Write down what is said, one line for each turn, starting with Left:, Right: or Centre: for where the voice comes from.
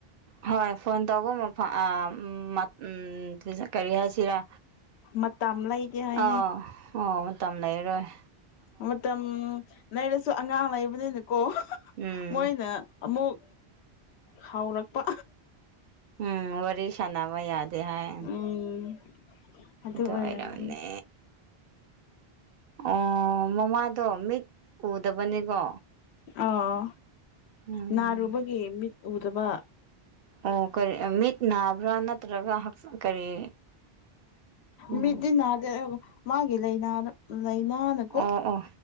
Right: ꯍꯣꯏ ꯐꯣꯟ ꯇꯧꯕ ꯃꯐꯝ ꯑꯥ ꯎꯝ ꯃꯥ ꯎꯝ ꯇꯤꯟꯁꯟ ꯀ꯭ꯔꯤ ꯍꯥꯏꯁꯤꯔꯥ
Left: ꯃꯇꯝ ꯂꯩꯇꯦ ꯍꯥꯏꯅꯩ
Right: ꯑꯥꯎ ꯑꯣ ꯃꯇꯝ ꯂꯩꯔꯔꯣꯏ
Left: ꯃꯇꯝ ꯂꯩꯔꯁꯨ ꯑꯉꯥꯡ ꯂꯩꯕꯅꯤꯅꯀꯣ
Right: ꯎꯝ
Left: ꯃꯣꯏꯅ ꯑꯃꯨꯛ ꯍꯥꯎꯔꯛꯄ
Right: ꯎꯝ ꯋꯥꯔꯤ ꯁꯥꯟꯅꯕ ꯌꯥꯗꯦ ꯍꯥꯏ
Left: ꯎꯝ <inaudible>
Right: ꯑꯗꯨ
Left: ꯑꯣꯏꯔꯝꯅꯤ
Right: ꯑꯣꯏꯔꯝꯅꯦ ꯑꯣ ꯃꯃꯥꯗꯣ ꯃꯤꯠ ꯎꯗꯕꯅꯤꯀꯣ
Left: ꯑꯣ
Right: ꯎꯝ
Left: ꯅꯥꯔꯨꯕꯒꯤ ꯃꯤꯠ ꯎꯗꯕ
Right: ꯑꯣ ꯀ꯭ꯔꯤ ꯃꯤꯠ ꯅꯥꯕ꯭ꯔꯥ ꯅꯠꯇ꯭ꯔꯒ ꯍꯛꯆꯥꯡ ꯀꯔꯤ ꯎꯝ
Left: ꯃꯤꯠꯗꯤ ꯅꯥꯗꯦ ꯃꯥꯒꯤ ꯂꯩꯅꯥꯅ ꯂꯩꯥꯏꯅꯥꯅ
Right: ꯑꯣ ꯑꯣ